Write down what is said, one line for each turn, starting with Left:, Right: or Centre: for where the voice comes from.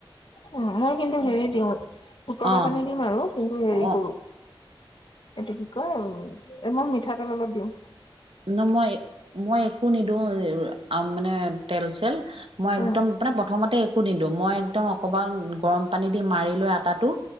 Left: উম, মই কিন্তু হেৰি দিওঁ ওটলা
Right: অ',
Left: পানী দিম আৰু কিন্তু হেৰি
Right: অ',
Left: কৰো এইটো কি কয় উম এ মই মিঠাতেল অলপ দিম।
Right: ন' মই -মই একো নিদিওঁ মানে তেল - চেল। মই একদম
Left: উম
Right: মানে প্ৰথমতে একো নিদো মই একদম অকমান গৰম পানী দি মাৰি লৈ আটাটো